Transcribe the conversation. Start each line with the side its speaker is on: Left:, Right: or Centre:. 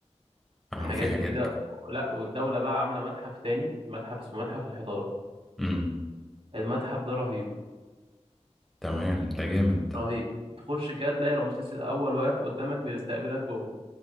Centre: عملوا
Right: حاجات
Centre: فيها
Right: جديدة
Centre: حاجات ج-
Right: لا والدولة بقى عاملة متحف تاني متحف اسمه متحف الحضارة
Centre: امم
Right: المتحف ده رهيب
Centre: تمام ده جامد ده
Right: رهيب تخش كده تلاقي رمسيس الاول واقف قدامك بيستقبلك جوه